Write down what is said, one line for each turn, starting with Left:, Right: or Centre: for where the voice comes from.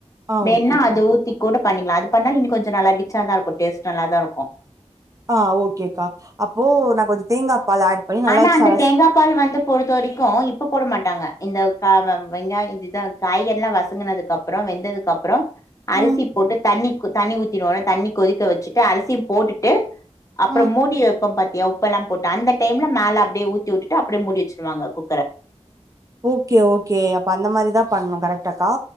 Right: ஆ
Left: வேன்னா
Right: ஓகேக்கா
Left: அது ஊத்தி கூட பண்ணிக்கலா அது பண்ணாலு இன்னும் கொஞ்ச நல்லா ரிச்சா தா இருக்கு டேஸ்ட் நல்லாதாருக்கு
Right: ஆ ஓகேக்கா அப்போ நா கொஞ்ச தேங்காப்பால் ஆட் பண்ணி நல்லா
Left: ஆனா அந்த
Right: சரஸ்
Left: தேங்கா பால் வந்து பொறுத்த வரைக்கு இப்ப போட மாட்டாங்க இந்த கா வெங்கா இதிதா காய்கரில்லா வசங்கனதுக்கு அப்றம் அப்ரோ வெந்ததுக்கு அப்ரோ அரிசி
Right: ம்
Left: போட்டு தண்ணி தண்ணி ஊத்திடுவோனா தண்ணி கொதிக்க வச்சுட்டு அரிசியு போட்டுட்டு அப்ரோ
Right: ம்
Left: மூடி வப்போ பாத்தியா உப்ப எல்லா போட்டு அந்த டைம்ல மேல அப்டியே ஊத்தி உட்டு அப்டியே முடி வச்சருவாங்க குக்கர
Right: ஓகே ஓகே அப்ப அந்த மாரிதா பண்ணணு கரெக்ட்டாக்கா